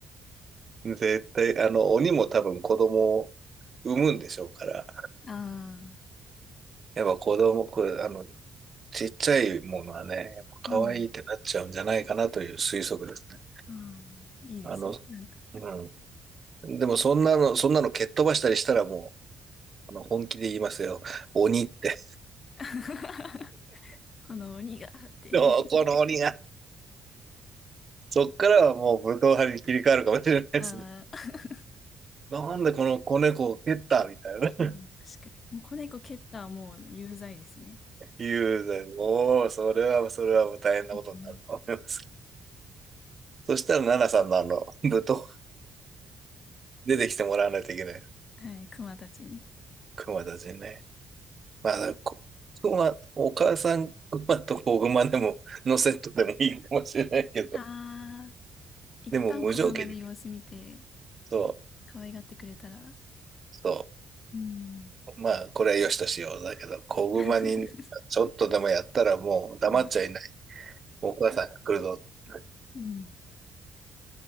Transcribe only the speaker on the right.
う。絶対、あの、鬼も多分子供を産むんでしょうから、
やっぱ子供、これ、あの、ちっちゃいものはね、やっぱ可愛いってなっちゃうんじゃないかなという推測ですね。
あの、
うん。でも、そんなの、そんなの蹴っ飛ばしたりしたらもう、あの、本気で言いますよ。鬼って。
<laughs> でもこの鬼が、
そっからはもう武闘派に切り替わるかもしれないですね。
なんでこの子猫を蹴ったみたいな。
雄然、もう、それは、それはもう大変なことになると思います。
そしたら、奈々さんのあの、舞踏、出てきてもらわないといけない。
熊たちにね。まあ、こ熊、お母さん熊と子熊でも、のセットでもいいかもしれないけど、
でも無条件で、そう、
そ
う、まあ、これは良しとしよう。だけど、子熊に、
ちょっとでもやったらもう黙っちゃいない。
お母さんが来るぞっ